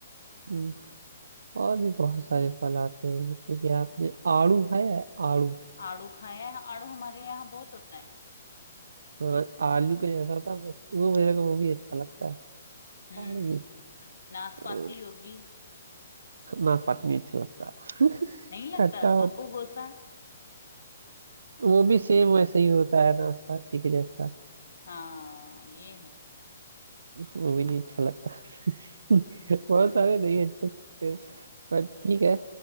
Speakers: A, on the right (about 80°); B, on the left (about 85°).
A: हम्म, और भी बहुत सारे फल आते हैं जैसे कि आपने आड़ू खाया है आड़ू
B: आड़ू खाया है आड़ू हमारे यहाँ बहुत होता है
A: हाँ, आलू का जैसा होता है वो वो मेरे को वो भी अच्छा लगता है
B: हम्म
A: आड़ू भी
B: नाशपाती
A: अ,
B: होगी
A: नाशपाती भी अच्छा लगता है
B: नहीं लगता
A: खट्टा
B: बब्बू
A: होता
B: गोसा
A: है। वो भी सेम वैसे ही होता है नाशपाती के जैसा
B: हाँ ये है
A: वो भी नहीं अच्छा लगता <laughs> बहुत
B: हम्म
A: सारे नहीं अच्छे लगते पर ठीक है